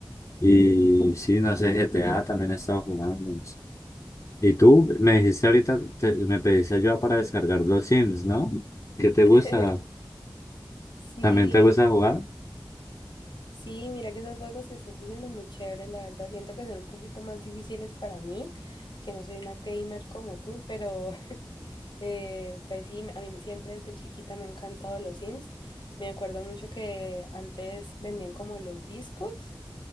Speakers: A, on the left; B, on the left.
A: Y sí, no sé, GTA también he estado jugando. no sé. Y tú me dijiste ahorita, te- me pediste ayuda para descargar los Sims, ¿no? ¿Qué te
B: <laughs>
A: gusta?
B: Sí,
A: ¿También te gusta jugar?
B: Sí, mira que esos juegos que estás diciendo muy chéveres, la verdad. Siento que son un poquito más difíciles para mí, que no soy una gamer como tú, pero <laughs> eh, pues sí, a mí siempre desde chiquita me han encantado los Sims. Me acuerdo mucho que antes vendían como los discos,